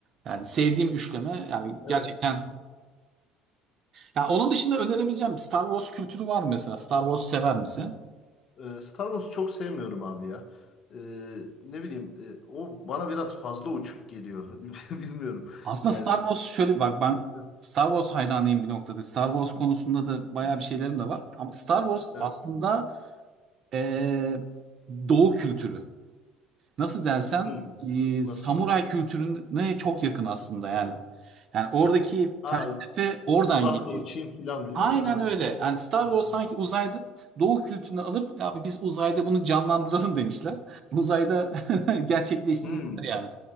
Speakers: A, on the right; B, on the left.
A: yani sevdiğim üçleme yani
B: Evet.
A: gerçekten yani onun dışında önerebileceğim Star Wars kültürü var mı mesela? Star Wars sever misin?
B: Ee, Star Wars'u çok sevmiyorum abi ya. Ee, ne bileyim e, o bana biraz fazla uçuk geliyor. <laughs> Bilmiyorum.
A: Aslında
B: Yani
A: Star Wars şöyle bak ben
B: evet.
A: Star Wars hayranıyım bir noktada. Star Wars konusunda da bayağı bir şeylerim de var. Ama Star Wars
B: evet.
A: aslında e, Doğu kültürü. nasıl dersen
B: Hmm.
A: e,
B: Nasıl
A: samuray
B: abi?
A: kültürüne çok yakın aslında yani. Yani oradaki
B: Aa,
A: felsefe oradan
B: uzak
A: geliyor.
B: doğu Çin filan değil
A: Aynen
B: mi? Aynen.
A: öyle. Yani Star
B: Şey,
A: Wars sanki uzayda Doğu kültürünü alıp abi biz uzayda bunu canlandıralım demişler. Uzayda <laughs> gerçekleştirmişler
B: Hmm.
A: yani.